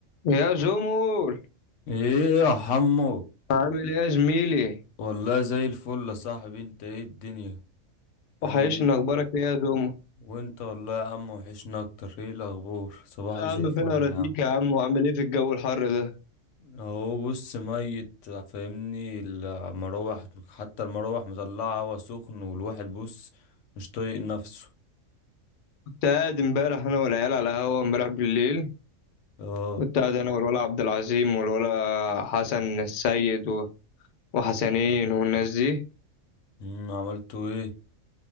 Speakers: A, on the left; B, on the left.
A: يا زومول
B: ايه يا حمو
A: عامل ايه يا زميلي
B: والله زي الفل يا صاحبي انت ايه الدنيا
A: وحشني
B: عامل ايه
A: اخبارك ايه يا زومو
B: وانت والله يا عم وحشنا اكتر ايه الاخبار صباحك
A: يا
B: زي
A: عم
B: الفل
A: فين اراضيك
B: يا عم
A: يا عم وعامل ايه في الجو الحر ده
B: اهو بص ميت فاهمني المراوح حتى المراوح مطلعه هوا سخن والواحد بص مش طايق نفسه
A: كنت قاعد امبارح انا والعيال على القهوه امبارح بالليل
B: اه
A: كنت قاعد انا والولا عبد العظيم والولا حسن السيد و- وحسنين والناس دي
B: أمم، عملتوا ايه